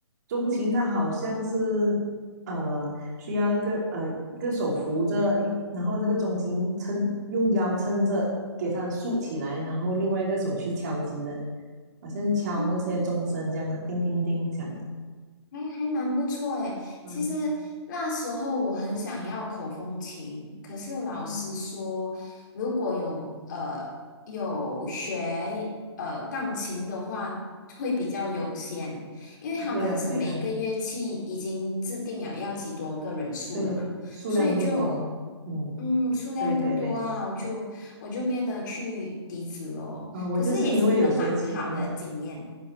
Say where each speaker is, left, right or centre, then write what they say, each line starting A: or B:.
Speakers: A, on the right (about 40°); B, on the left (about 40°).
A: 钟琴它好像是呃需要一个呃一个手扶着一，然后那个钟琴撑用腰撑着，给它竖起来，然后另外一个手去敲击的，好像敲那些钟声这样的，
B: 哦
A: 叮叮叮响的。
B: 哎，还蛮不错诶。
A: 嗯，
B: 其实那时候我很想要口风琴，可是老师说，
A: 嗯
B: 如果有呃有学呃钢琴的话，会比较优先，因为他们是每一个乐器已经制定了要几多个人数了嘛，
A: 对呀，对呀，对呀，数量不多哦，
B: 所以就
A: 嗯。
B: 嗯数量不多啊，
A: 对对对，
B: 我就我就变得去笛子咯。
A: 啊，我就是因为有学琴了，
B: 可是也是一个蛮好的经验。